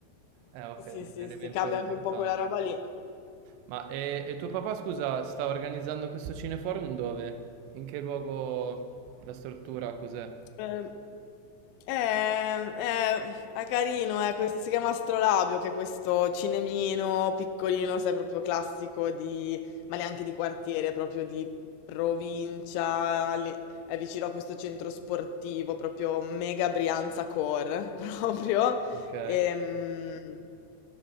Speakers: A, on the right; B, on the left.
A: Eh, ok,
B: sì, sì,
A: un elemento
B: sì, cambia
A: importante.
B: anche un po' quella roba lì.
A: Ma e, e tuo papà, scusa, sta organizzando questo cineforum dove? In che luogo? La struttura cos'è?
B: Ehm, Eh, eh, è carino, eh, que- si chiama Astrolabio, che è questo cinemino piccolino, sai, proprio classico di, ma neanche di quartiere, proprio di provincia, lì- è vicino a questo centro sportivo, proprio mega Brianza Core, <laughs> proprio.
A: Ok.
B: Ehm,